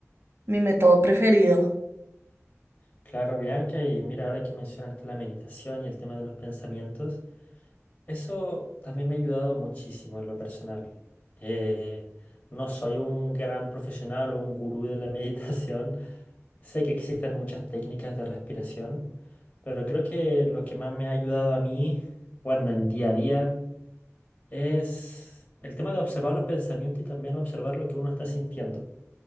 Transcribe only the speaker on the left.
claro, Bianca, y mira, ahora que mencionaste la meditación y el tema de los pensamientos, eso también me ha ayudado muchísimo en lo personal. Eh, no soy un gran profesional o un gurú de la <laughs> meditación, sé que existen muchas técnicas de respiración, pero creo que lo que más me ha ayudado a mí, bueno, en el día a día, Es el tema de observar los pensamientos y también observar lo que uno está sintiendo.